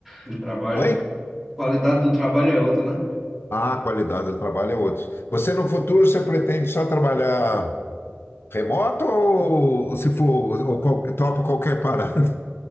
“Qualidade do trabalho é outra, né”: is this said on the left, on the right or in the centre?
Centre